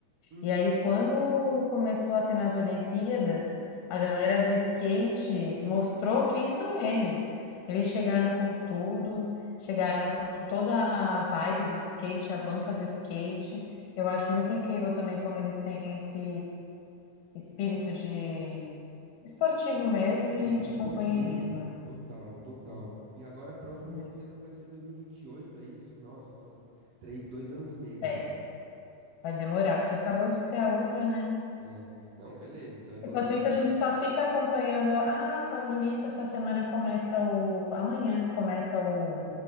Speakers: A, on the right; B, on the left.
A: Uhum,
B: E aí, quando começou a ter nas Olimpíadas, a galera do skate mostrou quem são eles. Eles chegaram com tudo, chegaram com toda a vibe do skate, a banca do skate. Eu acho muito incrível também como eles têm esse espírito de esportivo mesmo
A: Espírito
B: e de
A: esportivo,
B: companheirismo.
A: total, total. E agora a próxima
B: né?
A: Olimpíada vai ser 2028, é isso? Nossa, falta três, dois anos e meio
B: É.
A: ainda.
B: Vai demorar, porque acabou de ser a outra, né?
A: É. Não, beleza. Então, enquanto
B: Enquanto
A: isso,
B: isso, a gente só fica acompanhando. a- Ah, falando nisso, essa semana começa o. Amanhã começa o.